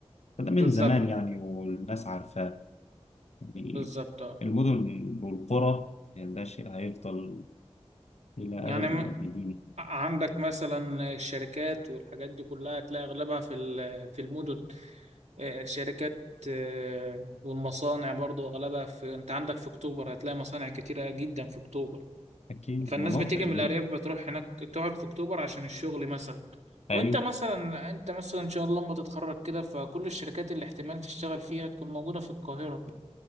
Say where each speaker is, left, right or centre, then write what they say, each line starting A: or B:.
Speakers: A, on the left; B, on the right.
A: فده من
B: بالظبط
A: زمان يعني والناس عارفاه يعني
B: بالظبط اه
A: المدن والقرى يعني ده شيء هيفضل إلى
B: يعني
A: أبد
B: م-
A: الآبدين
B: عندك مثلا الشركات والحاجات دي كلها هتلاقي أغلبها في ال- في المدن آه، الشركات آه، والمصانع برضو أغلبها في أنت عندك في أكتوبر هتلاقي مصانع كتيرة جدا في أكتوبر
A: أكيد
B: فالناس
A: مناطق
B: بتيجي
A: يبقى
B: من الأرياف بتروح هناك تقعد في أكتوبر عشان الشغل مثلا
A: أيوه
B: وأنت مثلا أنت مثلا إن شاء الله لما تتخرج كده فكل الشركات اللي احتمال تشتغل فيها تكون موجودة في القاهرة